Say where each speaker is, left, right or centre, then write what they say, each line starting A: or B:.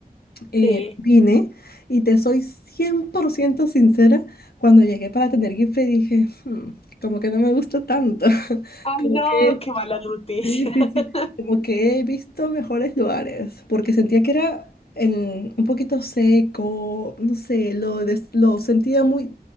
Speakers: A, on the left; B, on the left.
A: eh,
B: Sí.
A: vine y te soy 100% sincera, cuando llegué para tener Gipfel dije, "Hmm, como que no me gusta tanto, <laughs>
B: Ay,
A: como
B: no,
A: que,
B: qué mala noticia.
A: sí, sí,
B: <laughs>
A: sí, como que he visto mejores lugares, porque sentía que era en- un poquito seco, no sé, lo, des- lo sentía muy